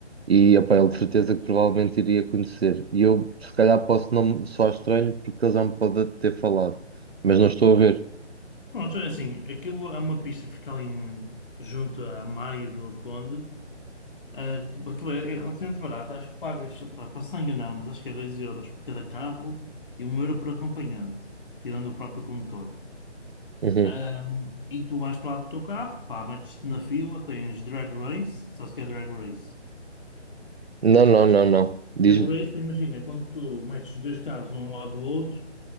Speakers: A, on the right; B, on the left.
A: E, opá, ele de certeza que provavelmente iria conhecer. E eu, se calhar, posso não me soar estranho porque ele já me pode ter falado. Mas
B: Uhum.
A: não estou a ver.
B: Pronto, é assim, aquilo é uma pista que fica ali em- junto à Maia e Vila de Conde. Ah, tipo, aquilo é, é relativamente barato, acho que pagas, pá, para se não enganar, mas acho que é 2 euros por cada carro e um euro por acompanhante, tirando o próprio condutor.
A: Uhum.
B: Ah, e tu vais para lá com o teu carro, pá, metes-te na fila, tens drag race, sabes o que é drag race?
A: Não, não, não, não. Diz-me.
B: Drag race, imagina, quando tu metes dois carros um ao lado do outro